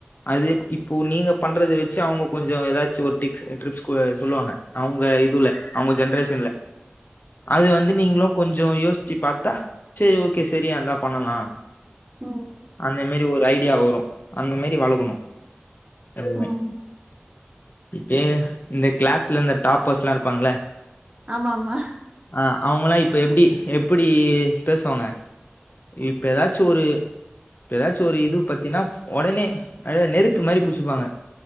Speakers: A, on the left; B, on the right.
A: அது இப்போ நீங்க பண்றது வச்சு அவங்க கொஞ்சோ ஏதாச்சு ஒரு டிப்ஸ் ட்ரிப்பிஸ் கூட சொல்லுவாங்க அவங்க இதுல அவங்க ஜென்ரேஷன்ல அது வந்து நீங்களு கொஞ்சோ யோசிச்சு பாத்தா சேரி ஓகே சரியா இருந்தா பண்ணலா
B: ம்,
A: அந்த மெறி ஒரு ஐடியா வரும் அந்த மாறி வளக்கணு எப்பவுமே
B: ம்.
A: இப்பயே இந்த கிளாஸ்ல இந்த டாப்பர்ஸ்லா இருப்பாங்கில்ல
B: ஆமா ஆமா
A: ஆ அவுங்கல்லா இப்ப எப்டி எப்டி பேசுவாங்க இப்ப எதாச்சு ஒரு இப்ப எதாச்சு ஒரு இது பாத்தீன்னா ஒடனே அத நெருப்பு மாரி புச்சுப்பாங்க